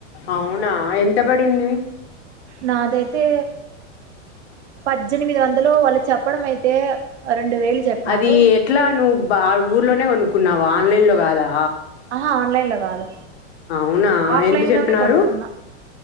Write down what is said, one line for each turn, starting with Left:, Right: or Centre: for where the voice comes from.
Left: అవునా ఎంత పడింది
Right: నాదైతే పద్దెనిమిది వందలు వాళ్ళు చెప్పడం అయితే రెండు వేలు చెప్పినారు
Left: అది ఎట్లా నువ్వు బ ఊర్లోనే కొనుక్కున్నావు ఆన్లైన్ లో కాదా
Right: ఆహా ఆన్లైన్ లో కాదు
Left: అవునా
Right: ఆఫ్లైన్
Left: ఎంత చెప్పినారు
Right: లోనే కొనుక్కున్నా